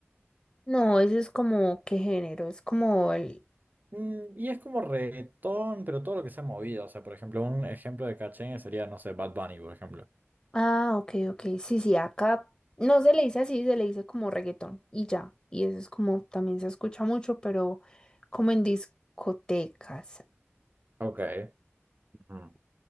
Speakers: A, on the left; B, on the right.
A: No, ese es como, ¿qué género? Es como el...
B: Mm, y es como reggaetón, pero todo lo que se ha movido. O sea, por ejemplo, un ejemplo de cachengue sería, no sé, Bad Bunny, por ejemplo.
A: Ah, ok, ok. Sí, sí, acá no se le dice así, se le dice como reggaetón y ya. Y eso es como, también se escucha mucho, pero como en discotecas
B: Ok. ujú,